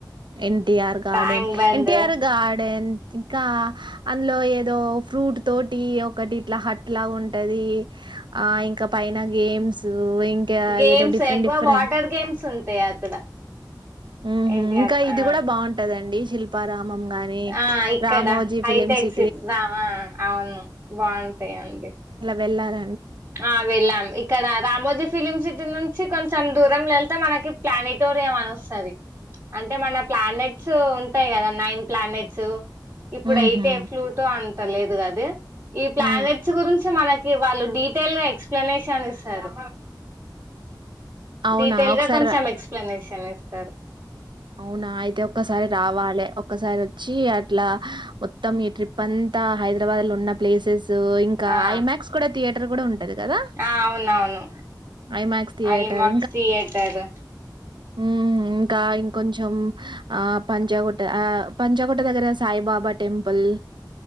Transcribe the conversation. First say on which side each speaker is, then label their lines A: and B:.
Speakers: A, on the right; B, on the right.
A: NTR garden
B: tank bund
A: NTR garden ఇంకా ఆ లో ఏదో ఫ్రూట్ తోటి ఒకటి ఇట్ల హట్ లాగా ఉంటది ఆ ఇంక్ ఇంక పైన గేమ్స్ ఇంక
B: గేమ్స్
A: ఏదో డిఫరెంట్
B: ఎక్కువ
A: డిఫరెంట్
B: వాటర్ గేమ్స్ ఉంటాయి అక్కడ
A: మ్మ్ హ్హ్
B: ఎన్టీఆర్
A: ఇంక ఇది
B: ఆ
A: గుడా బాగుంటదండి శిల్పారామ్ మమ్ గాని
B: ఆ ఇక్కడ
A: రామోజీ
B: హైటెక్
A: ఫిలిమ్ సి
B: సిటీ రామా అవును బాగుంటయి అండి
A: వెళ్ళారా
B: ఆ వెళ్ళాం ఇక్కడ రామోజీ ఫిలిమ్ సిటీ నుం చి కొంచం దూరంలో ఎళ్తే మనకి ప్లానిటోరియం అని వస్తది అంటే మన ప్లానెట్స్ ఉ టయి కదా నైన్ ప్లానెట్స్ ఇప్పుడయితే
A: ఉహు
B: ఫ్లూటో అం త లేదు అదీ ఈ ప్లానెట్స్
A: ఉ
B: గురించి మన కి వాళ్ళు డి టెల్గా ఎక్స్ప్లనేషన్ ఇస్తారు.
A: అవునా
B: డీటెయిల్గా
A: ఒకసారి
B: కొంచెం ఎక్స్ప్లెనేషన్ ఇస్ స్తరు
A: అవునా అయితే ఒక్కసారి రావాలె ఒకసారి వచ్చి అట్లా మొత్తం ఈ ట్రిప్ అంతా హైదరాబాద్లున్న ప్లేసెస్ సూ ఇంకా
B: ఆ
A: ఐమాక్స్ కూడా థియేటర్ కూడా ఉంటది. కదా
B: ఆ అవునవును
A: ఐమాక్స్ థియేటర్
B: ఐమాక్స్, థియేటర్
A: మ్ ఇంకా ఇం కొంచం ఆ పంజాగుట్ ఆ పంజాగుట్ట దగ్గర సాయిబాబా టెంపుల్